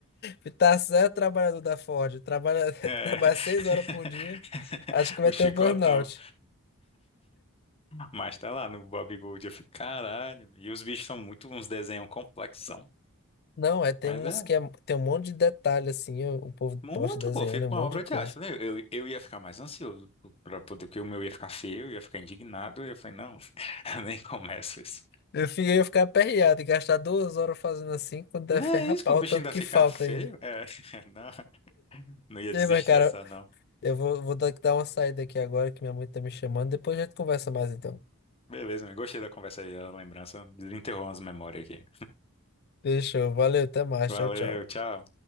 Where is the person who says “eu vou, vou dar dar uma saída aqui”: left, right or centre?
Left